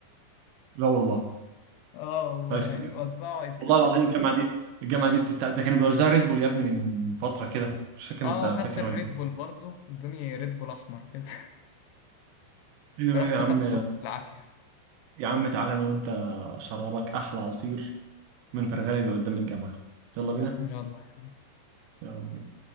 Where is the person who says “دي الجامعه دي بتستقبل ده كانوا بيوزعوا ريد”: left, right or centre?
Right